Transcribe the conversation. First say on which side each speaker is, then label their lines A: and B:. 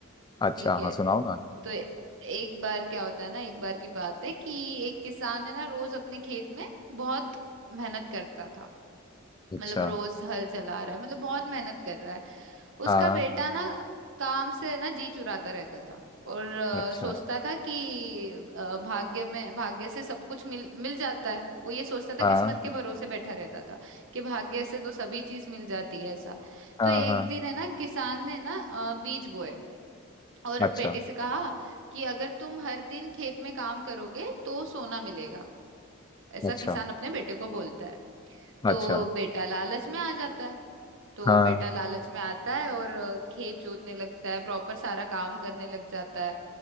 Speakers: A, on the left; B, on the right.
A: अच्छा
B: ठीक है
A: हाँ सुनाओ ना
B: तो ए- एक बार क्या होता है ना एक बार की बात है कि एक किसान है ना रोज अपने खेत में बहुत मेहनत करता था
A: अच्छा
B: मतलब रोज हल चला रहा है मतलब बहुत मेहनत कर रहा है उसका
A: हाँ
B: बेटा ना काम से ना जी चुराता रहता था और अ,
A: अच्छा
B: सोचता था कि अ, भाग्य में भाग्य से सब कुछ मिल मिल जाता है वो ये सोचता था
A: हाँ
B: किस्मत के भरोसे बैठा रहता था कि भाग्य से तो सभी चीज मिल जाती है ऐसा
A: हाँ
B: तो एक
A: हाँ
B: दिन है ना किसान ने ना अ, बीज बोए और
A: अच्छा
B: बेटे से कहा कि अगर तुम हर दिन खेत में काम करोगे तो सोना मिलेगा ऐसा
A: अच्छा
B: किसान अपने बेटे को बोलता है तो
A: अच्छा
B: बेटा लालच में आ जाता है तो
A: हाँ
B: बेटा लालच में आता है और अ, खेत जोतने लगता है प्रॉपर सारा काम करने लग जाता है